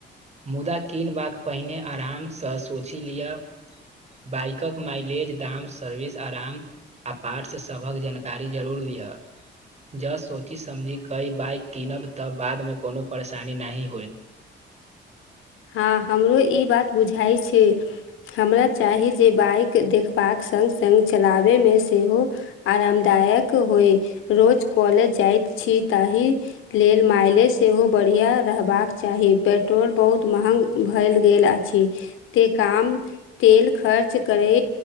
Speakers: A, on the right (about 35°); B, on the left (about 90°).
A: मुदा कीन वाक पहिने आराम सँ सोच लिअ बाइकक माइलेज दाम सर्विस आराम आ पार्ट्स सभक जानकारी जरूर लिहऽ जँ सोची समझि कइ बाइक कीनब तऽ बादमे कोनो परेशानी नहि होयत
B: हँ हमरो ई बात बुझाइ छै हमरा चाही जे बाइक देख बाक संग संग चलाबे मे सेहो आरामदायक होइ रोज कॉलेज जाइत छी ताहि लेल माइलेज सेहो बढ़िआँ रहबाक चाही पेट्रोल बहुत महग भयल गेल अछि ते काम तेल खर्च करै